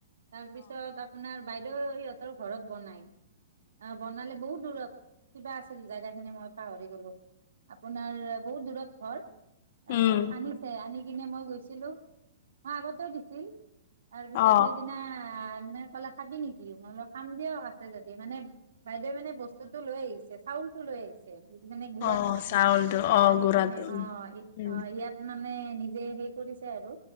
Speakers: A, on the right (about 80°); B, on the left (about 50°).
A: তাৰপিছত আপোনাৰ বাইদেউ সিহঁতৰ ঘৰত বনাই। অ বনালে বহুত দূৰত। কিবা আছিল জাগাখিনি মই পাহৰি গলোঁ। আপোনাৰ বহুত দূৰত ঘৰ। তাৰপিছত
B: উম
A: আনিছে, আনি সিপিনে মই গৈছিলোঁ, মই আগতেও দিছি তাৰপিছত
B: অ
A: সেইদিনা মানে ক'লা খাবি নেকি, মই বোলো খাম দিয়ক আছে যদি মানে বাইদেৱে মানে বস্তুতটো লৈ আহিছে চাউলতটো লৈ আহিছে। <unintelligible> মানে গুৰাটো?
B: অ চাউলটো অ
A: আনি
B: গুড়াটো
A: কিনে
B: উম
A: অ',
B: উম
A: অ', ইয়াত ম মানে নিজে হেই কৰিছে আৰু